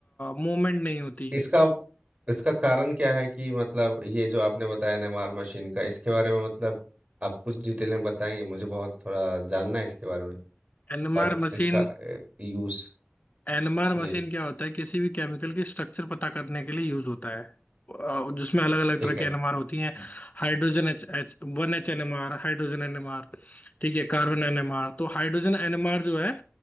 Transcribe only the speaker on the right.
इसका इसका कारण क्या है कि मतलब ये जो आपने बताया एनएमआर मशीन का इसके बारे में मतलब आप कुछ डिटेल में बताएंगे मुझे बहुत थोड़ा जानना है इसके बारे में
और
इसका यूज
जी
ठीक
है